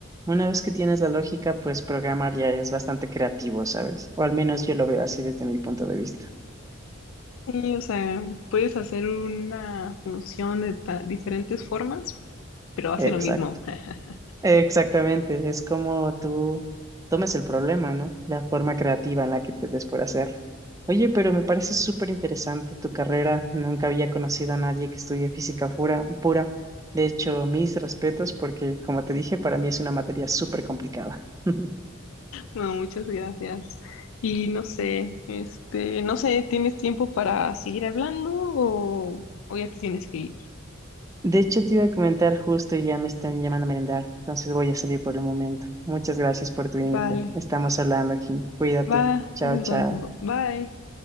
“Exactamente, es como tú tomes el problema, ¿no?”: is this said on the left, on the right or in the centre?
Right